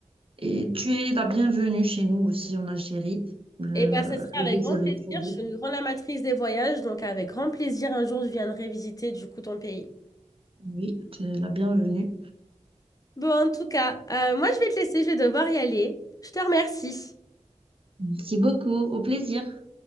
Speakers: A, on the right (about 45°); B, on the left (about 30°).
A: et tu es la bienvenue chez nous aussi en Algérie. Le,
B: Et bien, ça serait
A: le
B: avec
A: désert
B: grand plaisir.
A: est trop
B: Je
A: beau.
B: suis une grande amatrice des voyages, donc avec grand plaisir, un jour, je viendrai visiter du coup ton pays.
A: Oui, tu es la bienvenue.
B: Bon, en tout cas, euh, moi, je vais te laisser, je vais devoir y aller. Je te remercie.
A: Merci beaucoup. Au plaisir.